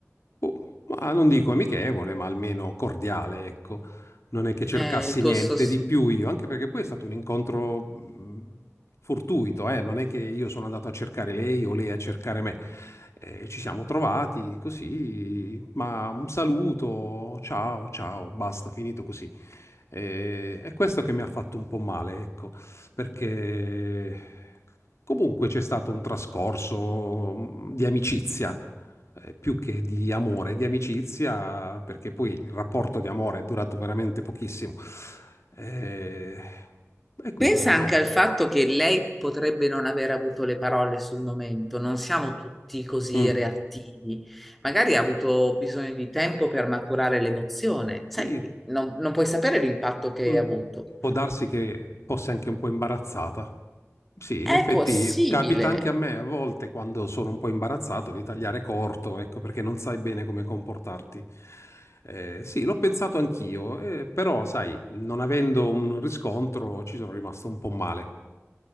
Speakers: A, on the left; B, in the centre.
A: Boh, ma non dico amichevole, ma almeno cordiale, ecco. Non è che cercassi
B: Eh, il tuo
A: niente
B: sospiro.
A: di più io, anche perché poi è stato un incontro mh, fortuito, eh. Non è che io sono andato a cercare lei o lei a cercare me. Eh, ci siamo trovati così, ma un saluto, ciao, ciao, basta, finito così. Eh, è questo che mi ha fatto un po' male, ecco, perché comunque c'è stato un trascorso mh, di amicizia eh, più che di amore, di amicizia, perché poi il rapporto di amore è durato veramente pochissimo. Eh, e quindi
B: Pensa
A: niente.
B: anche al fatto che lei potrebbe non aver avuto le parole sul momento, non siamo tutti così
A: Mm.
B: reattivi. Magari ha avuto bisogno di tempo per maturare l'emozione, sai,
A: Sì,
B: non, non puoi sapere l'impatto che hai
A: mm.
B: avuto.
A: Può darsi che fosse anche un po' imbarazzata. Sì,
B: È
A: in effetti
B: possibile,
A: capita anche a me a volte quando sono un po' imbarazzato di tagliare corto, ecco, perché non sai bene come comportarti. Eh, sì, l'ho pensato anch'io, eh, però sai, non avendo un riscontro ci sono rimasto un po' male.